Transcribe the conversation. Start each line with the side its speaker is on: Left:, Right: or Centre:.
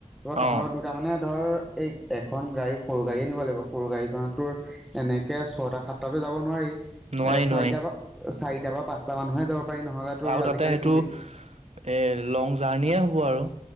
Centre: ৰ তহঁতৰ
Right: অ
Centre: দুটা মানে ধৰ, এই এখন গাড়ী সৰু গাড়ী নিব লাগিব। সৰু গাড়ীখনত তোৰ, এনেকে ছটা সাত তাতো যাব নোৱাৰি।
Right: নোৱাৰি
Centre: এ চাৰিটা
Right: নোৱাৰি
Centre: বা চাৰিটা বা পাঁচটা মানুহে যাব পাৰি নহ'লে তোৰ
Right: আৰু তাতে
Centre: আজিকালি
Right: সেইটো,
Centre: পুলি
Right: এই লং জাৰ্ণিয়ে হ'ব আৰু।